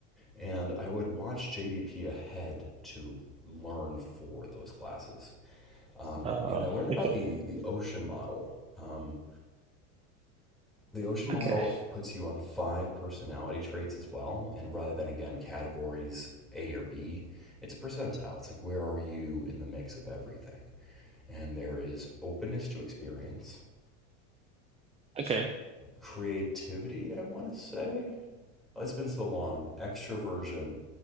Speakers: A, in the centre; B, on the right (about 15°).
A: And I would watch JBP ahead to learn for those classes. Um,
B: Uh,
A: and I learned about
B: okay.
A: the, the ocean model. Um, the ocean model
B: Okay.
A: puts you on five personality traits as well and rather than again categories a or b it's a percentile it's like where are you in the mix of everything and there is openness to experience
B: Okay.
A: creativity i want to say oh, it's been so long extroversion